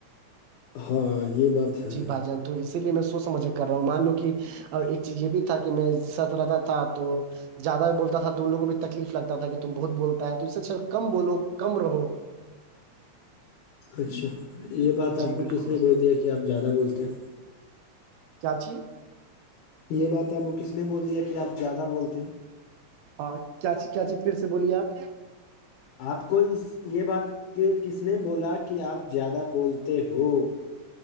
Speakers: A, on the left; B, on the right.
A: ہاں یہ بات ہے
B: جی بھائی جان تو اسی لیے میں سوچ سمجھ کر رہا ہوں مان لو کہ اور ایک چیز یہ بھی تھا کہ میں جس کے ساتھ رہتا تھا تو زیادہ بولتا تھا تو ان لوگ کو بھی تکلیف لگتا تھا کہ تم بہت بولتا ہے تو اس سے کم بولو کم رہو <unintelligible>
A: اچھا یہ بات
B: جی
A: آپ کو
B: بالکل
A: کس نے بول دیا کہ آپ زیادہ بولتے ہو
B: چاچی
A: یہ بات آپ وہ کس نے بول دیا کہ آپ زیادہ بولتے ہیں
B: ہاں کیا چیز کیا چیز پھر سے بولیے آپ
A: آپ کو اس یہ بات کس نے بولا کہ آپ زیادہ بولتے ہو